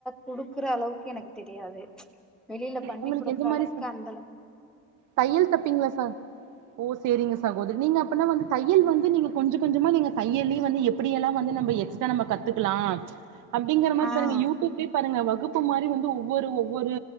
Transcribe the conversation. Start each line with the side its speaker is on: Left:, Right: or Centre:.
Centre: குடுக்குற அளவுக்கு எனக்கு தெரியாது வெளியில பண்ணி
Right: உங்களுக்கு
Centre: குடுக்குற
Right: எந்த மாரி
Centre: அளவுக்கு அந்த
Right: தையல் தப்பீங்களா சா ஓ செரிங்க சகோதரி நீங்க அப்பனா வந்து தையல் வந்து நீங்க கொஞ்சோ கொஞ்சமா நீங்க தையல்லியே வந்து எப்டியெல்லா வந்து நம்போ எக்ஸ்ட்ரா நம்ப கத்துக்கலா அப்டிங்கற மாரி
Centre: ஆ
Right: பாருங்க யூடியூப்லயே பாருங்க வகுப்பு மாரி வந்து ஒவ்வொரு ஒவ்வொரு